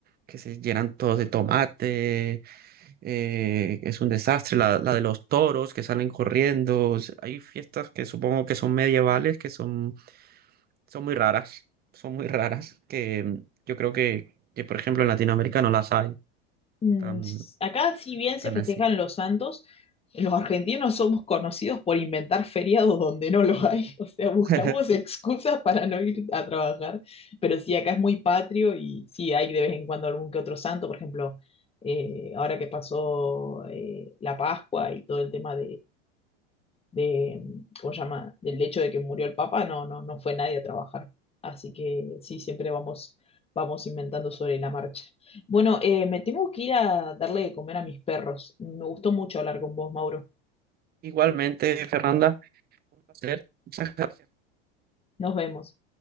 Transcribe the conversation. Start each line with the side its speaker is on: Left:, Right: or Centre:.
Right: que se llenan todos de tomate, eh, es un desastre. La, la de los toros que salen corriendo. o sea, Hay fiestas que supongo que son medievales, que son, son muy raras, son muy raras, que mm, yo creo que, que, por ejemplo, en Latinoamérica no las hay
Left: Mm,
Right: tan,
Left: s- Acá, si bien se
Right: tan
Left: festejan
Right: así.
Left: los santos, los argentinos somos conocidos por inventar feriados donde no los hay. <laughs> O sea, buscamos
Right: <laughs>
Left: excusas para no ir a trabajar. Pero sí, acá es muy patrio y sí hay de vez en cuando algún que otro santo. Por ejemplo, eh, ahora que pasó eh, la Pascua y todo el tema de, ¿cómo se llama? Del hecho de que murió el Papa, no, no, no fue nadie a trabajar. Así que sí, siempre vamos, vamos inventando sobre la marcha. Bueno, eh, me tengo que ir a darle de comer a mis perros. Me gustó mucho hablar con vos, Mauro.
Right: Igualmente, Fernanda, un placer. Muchas gracias.
Left: Nos vemos.